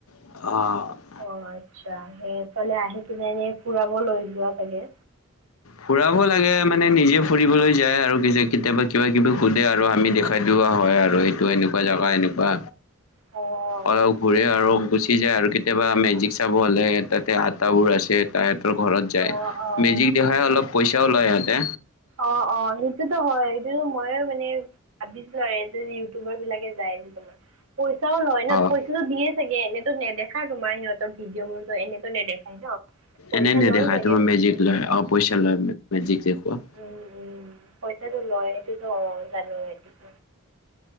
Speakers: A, on the left; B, on the right.
A: অ
B: অ আচ্ছা সেইফালে আহি পিনে এনে ফুৰাব লৈ যোৱা চাগে
A: ফুৰাব লাগে মানে নিজে ফুৰিবলৈ যায় আৰু কেতিয়াবা কিবা কিবি সুধে আৰু আমি দেখ খুৱাই দোয়া হয় আৰু এইটো এনেকুৱা জোগা এনেকুৱা
B: অঁ
A: অলপ ঘূৰে আৰু গু চি যায় আৰু কেতিয়াবা মেজিক চাব হ'লে তাতে আটাবোৰ আছে তাই হেতৰ ঘৰত যায়
B: অঁ অঁ অঁ
A: মেজিক দেখাই অলপ পইচাও লয় সিহঁতে
B: অ অ সেইটোতো হয় সেইটোতো মই মানে ভাবিছিলো এইয়ে ইউটিউবাৰ বিলাকে যাই যে তোমাৰ পইচাও লয় পই
A: অ
B: দিয়ে চাগে এনেই টো নেদেখাই তোমাৰ সিহঁতৰ ভিডিঅ বোৰো এনেত নেদেখায় ন পইচা
A: এনেই নেদেখা
B: লয় চাগে
A: তোমাৰ মেজিক
B: উম
A: লয় অ পইচা লয় মেজিক দেখুৱা
B: উম উম পইচাটো লয় সেইটোত অ জানো সেইটোত